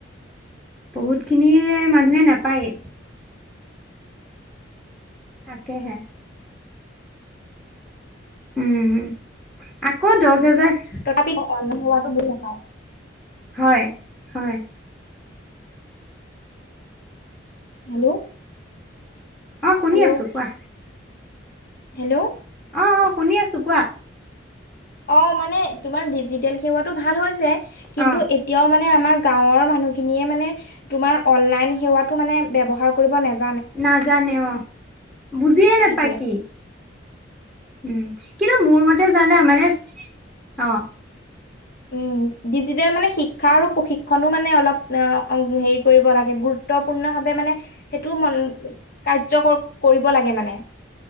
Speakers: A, in the centre; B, on the left.
A: বহুত খিনিয়ে মানুহে নাপায়ে। তাকে হে। উম আকৌ দহ হেজাৰ
B: তথাপি অনলাইন হোৱাতো <unintelligible>
A: হয় হয়।
B: হেল্ল'।
A: অ শুনি
B: হেল্ল'
A: আছো কোৱা
B: হেল্ল'।
A: অ অ শুনি আছোঁ, কোৱা?
B: অ মানে তোমাৰ ডিজিটেল সেৱাটো ভাল হৈছে। কিন্তু
A: অ
B: এতিয়াও মানে আমাৰ গাঁৱৰ মানুহখিনিয়ে মানে তোমাৰ অনলাইন সেৱাটো মানে ব্যৱহাৰ কৰিব নেযা
A: নাজানে অ, বুজিয়ে নাপায়
B: সেইটোৱে
A: কি। উম কিন্তু মোৰ মতে জানে মানে, অ।
B: উম। ডিজিটেল মানে শিক্ষা আৰু প্ৰশিক্ষণো মানে অলপ হেৰি কৰিব লাগে, গুৰুত্বপূৰ্ণ ভাৱে মানে সেইটোও মন কাৰ্য কৰিব লাগে মানে।